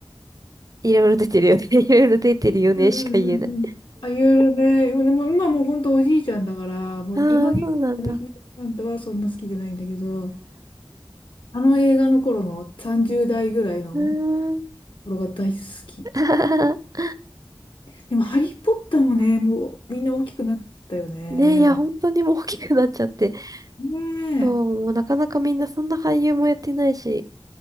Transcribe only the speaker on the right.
いろいろ出てるよね。<laughs> いろいろ出てるよねしか言えない。
ああ、そうなんだ。
うーん。
<laughs>
ねえ、いや、本当にもう大きくなっちゃって。
そう、もうなかなかみんなそんな俳優もやってないし。